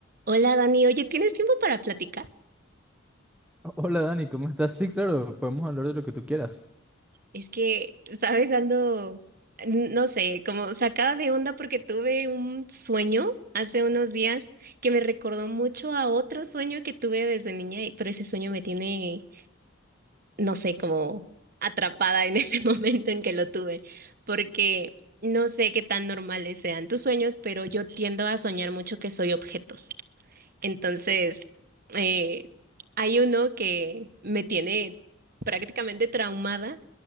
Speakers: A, on the right (about 50°); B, in the centre.
A: Hola Dani, oye, ¿tienes tiempo para platicar?
B: Hola Dani, ¿cómo estás? Sí, claro, podemos hablar de lo que tú quieras.
A: Es que, sabes, ando, n- no sé, como sacada de onda porque tuve un sueño hace unos días que me recordó mucho a otro sueño que tuve desde niña, y- pero ese sueño me tiene, no sé, como atrapada en <laughs> ese momento en que lo tuve, porque no sé qué tan normales sean tus sueños, pero yo tiendo a soñar mucho que soy objetos. Entonces, eh, hay uno que me tiene prácticamente traumada